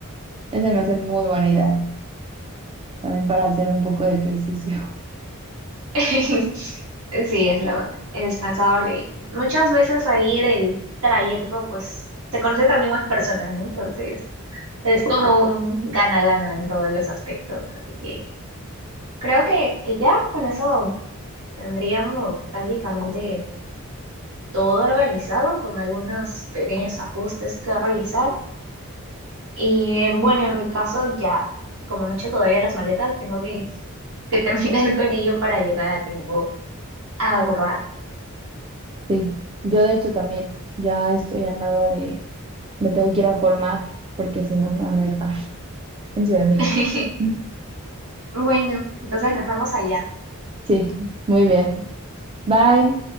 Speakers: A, on the right; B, on the right.
A: esa me hace muy buena idea. también para hacer un poco de ejercicio. <laughs>
B: <laughs> Sí, es lo indispensable. Y Muchas veces ahí en el trayecto, pues se conoce también más personas, ¿no? Entonces, es como un gana-gana en todos los aspectos. Así que creo que, que ya con eso tendríamos prácticamente todo organizado, con algunos pequeños ajustes que realizar. Y bueno, en mi caso ya, como no he hecho todavía las maletas, tengo que, que terminar <laughs> con ello para llegar a tiempo a abordar.
A: Sí, yo de hecho también ya estoy a nada de, me tengo que ir a formar porque si no me van a dejar en Ciudad de México.
B: <laughs>
A: <laughs>
B: Bueno, entonces nos vemos allá.
A: Sí, muy bien. Bye.